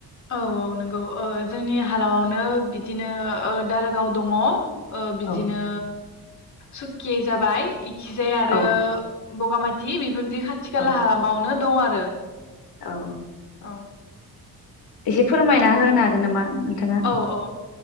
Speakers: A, on the left; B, on the left.
A: औ औ नंगौ ओ जोंनि हालामावनो बिदिनो ओ दारागाव दङ। ओ बिदिनो
B: औ
A: सकिये जाबाय इखिजाय आरो
B: औ
A: बगामाथि बेफोर जि खाथि खाला
B: औ
A: हालामाव नो दं आरो
B: औ
A: औ
B: एसे फोरमायना होनो हागोन नामा? नोंथाङा
A: औ औ